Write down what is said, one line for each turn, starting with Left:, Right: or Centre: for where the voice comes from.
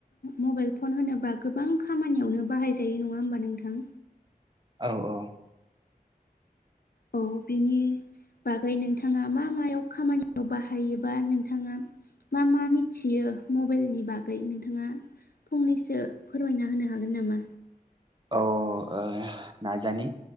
Left: मबाइल फन होनोबा गोबां खामानियावनो बाहायजायो नङा होमबा नोंथां?
Right: औ औ।
Left: औ बिनि बागै नोंथाङा मा मायाव खामानियाव बाहायोबा नोंथाङा मा मा मिथियो मबाइलनि बागै नोंथाङा फंनैसो फोरमायना होनो हागोन नामा?
Right: अ ओ नाजानि